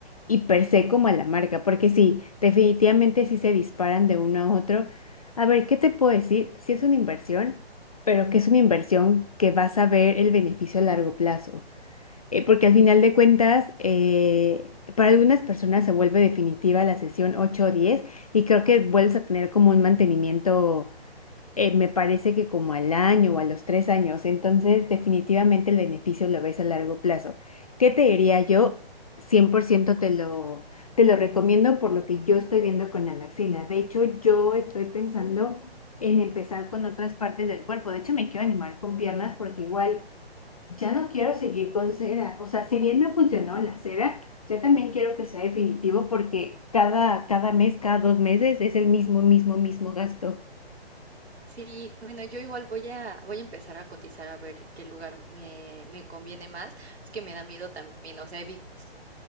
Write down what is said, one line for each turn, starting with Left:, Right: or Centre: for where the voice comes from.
Left: y per se como a la marca, porque sí, definitivamente sí se disparan de uno a otro. A ver, ¿qué te puedo decir? Sí es una inversión, pero que es una inversión que vas a ver el beneficio a largo plazo, Eh, porque al final de cuentas, eh, para algunas personas se vuelve definitiva la sesión 8 o 10 y creo que vuelves a tener como un mantenimiento eh, me parece que como al año o a los tres años, entonces definitivamente el beneficio lo ves a largo plazo. ¿Qué te diría yo? cien por ciento te lo, te lo recomiendo por lo que yo estoy viendo con la laxina. De hecho, yo estoy pensando en empezar con otras partes del cuerpo. De hecho, me quiero animar con piernas porque igual ya no quiero seguir con cera. O sea, si bien me funcionó la cera, yo también quiero que sea definitivo porque cada, cada mes, cada dos meses es el mismo, mismo, mismo gasto.
Right: Sí, bueno, yo igual voy a, voy a empezar a cotizar a ver qué lugar me, me conviene más. Es que me da miedo también, o sea, he visto